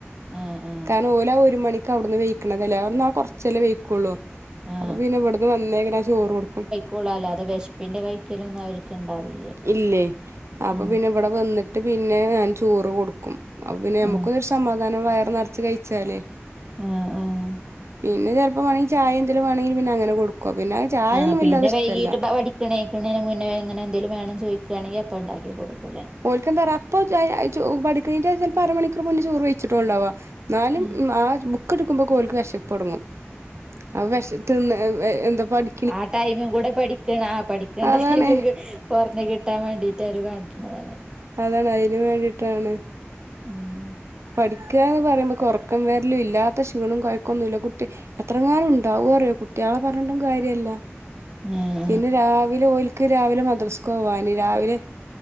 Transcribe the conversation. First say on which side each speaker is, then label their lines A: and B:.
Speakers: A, on the right; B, on the right.
A: ആ ആ
B: കാരണം ഓലാ ഒരു മണിക്ക് അവിടുന്ന് വെയിക്ക്ണ അല്ലാ അവടന്ന് ആ കുറച്ചല്ലേ വെയിക്കുള്ളൂ
A: ആ
B: അപ്പൊ പിന്നെ ഇവിടുന്ന് വന്നേക്കന്നെ ഞാൻ ചോറ് കൊടുക്കും
A: കുളല്ലാ അത് വിശപ്പിന്റെ കൈക്കലൊന്നും അവർക്ക് ഉണ്ടാവില്ല
B: ഇല്ലേ അപ്പൊ
A: ആ
B: പിന്നെ ഇവിടെ വന്നിട്ട് പിന്നെ ഞാൻ ചോറ് കൊടുക്കും അപ്പോ പിന്നെ നമുക്കൊരു
A: ആ
B: സമാധാനം വയർ നിറച്ച് കഴിച്ചാലേ
A: ആഹ് ആഹ്
B: പിന്നെ ചെലപ്പം വേണമെങ്കിൽ ചായ എന്തെങ്കിലും വേനമെങ്കിൽ പിന്നെ അങ്ങനെ കൊടുക്കും പിന്നെ ചായൊന്നും
A: ആഹ് പിന്നെ
B: വല്ലാതെ ഇഷ്ടല്ല
A: വൈകീട്ട് എപ്പ പഠി ഇക്ക എണീക്ക്ണേനാ മുന്നേ ഇങ്ങനെ എന്തെങ്കിലും വേണം ചോദയിക്കാണെങ്കിൽ അപ്പ ഉണ്ടാക്കി കൊടുക്കൂലേ
B: ഓല്ക്ക് എന്താ അറിയോ അപ്പം പഠിക്കുന്നയിന്റെ ചിലപ്പോ അരമണിക്കൂർ മുന്നെ ചോറ് വെച്ചിട്ടുളളു ഉണ്ടാവാ ഇന്നാലും
A: ഉം
B: ആ ബുക്ക് എടുക്കുമ്പോ ഓല്ക്ക് വിശപ്പ് തുടങ്ങും ആ വിശത് തിന്ന് എന്താ പഠി
A: ആ ടൈമ് ഇവ്ടെ പഠിക്ക്ണ ആ പഠിക്ക്ണ
B: അതാണേ
A: ടൈമ്ക്ക് കുറഞ്ഞ് കിട്ടാൻ വേണ്ടിയിട്ട് അവര് കാട്ടുന്നതാണ്
B: അതാണ് അയിന് വേണ്ടിട്ടാണ്
A: ഉം
B: പിടിക്കുക എന്ന് പറയുമ്പോ ഉറക്കം വേരലും ഇല്ലാത്ത ക്ഷീണം കുഴക്കൊന്നുല്ല കുട്ടി എത്രങ്ങാനും ഉണ്ടാവും അറിയോ കുട്ടികളെ പറഞ്ഞിട്ടും കാര്യല്ല
A: ഏഹ്
B: പിന്നെ രാവിലെ ഓലക്ക് രാവിലെ മദ്രസ്ക്ക് പോവാാന് രാവിലെ